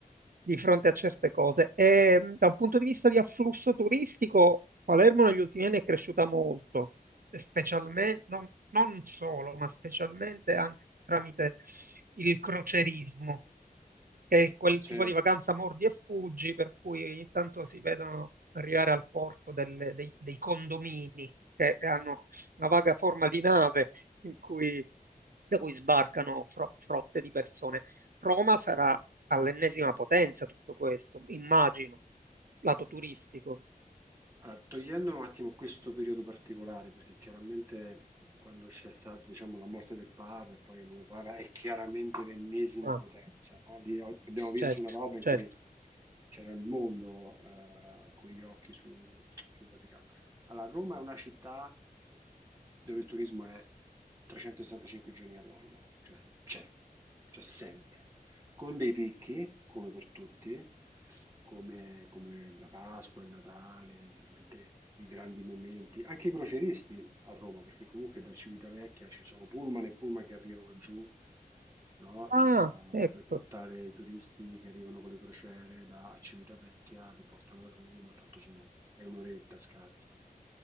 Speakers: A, on the right (about 70°); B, on the right (about 20°).
A: di fronte a certe cose. E mh, da un punto di vista di afflusso turistico, Palermo negli ultimi anni è cresciuta molto, e specialmente, non, non solo, ma specialmente anche tramite il crocerismo è quel
B: c'è.
A: tipo di vacanza mordi e fuggi, per cui ogni tanto si vedono arrivare al porto delle- dei, dei condomini che hanno una vaga forma di nave in cui, da cui sbarcano fro- frotte di persone. Roma sarà all'ennesima potenza tutto questo, immagino, lato turistico.
B: Allora, togliendo un attimo questo periodo particolare, perché chiaramente quando c'è stata, diciamo, la morte del Papa e poi il nuovo Papa è chiaramente l'ennesima
A: Ah,
B: potenza, no? Lì o- abbiamo visto
A: certo,
B: una roba in
A: certo.
B: cui c'era il mondo eh, con gli occhi su- sul Vaticano. Allora, Roma è una città dove il turismo è 365 giorni all'anno, cioè c'è, c'è sempre, con dei picchi, come per tutti, come, come la Pasqua, il Natale, chiaramente i grandi momenti, anche i croceristi a Roma, perché comunque da Civitavecchia ci sono pullman e pullman che arrivano giù no,
A: Ah,
B: da-
A: ecco.
B: per portare i turisti che arrivano con le crociere da Civitavecchia, li portano a Roma, tanto sono, è un'oretta scarsa.